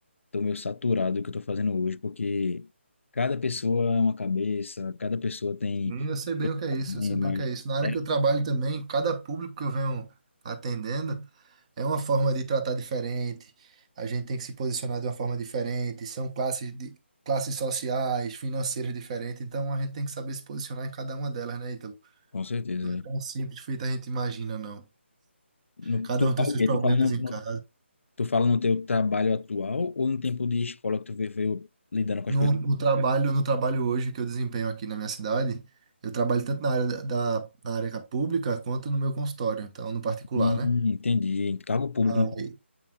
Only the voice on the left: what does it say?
tô meio saturado do que eu tô fazendo hoje, porque cada pessoa é uma cabeça, cada pessoa tem
tem
problemas.
É,
com certeza,
velho.
No-
Tu
fala
o quê?
Tu fala no,
no-
tu fala no teu trabalho atual ou no tempo de escola que tu veio, veio lidando com
as pessoas?
Hum,
entendi. Cargo público,
não